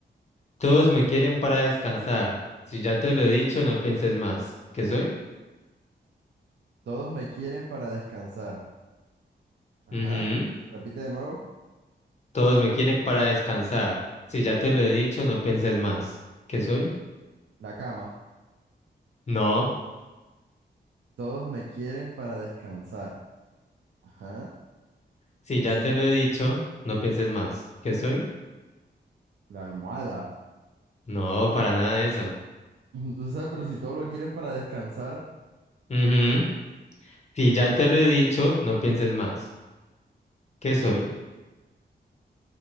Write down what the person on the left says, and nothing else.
Todos me quieren para descansar. Si ya te lo he dicho, no pienses más. ¿Qué soy?
Ujú.
Todos me quieren para descansar. Si ya te lo he dicho, no pienses más. ¿Qué soy?
No.
Si ya
te
lo he dicho, no pienses más. ¿Qué soy?
No, para nada de eso.
Ujú. Si ya te lo he dicho, no pienses más. ¿Qué soy?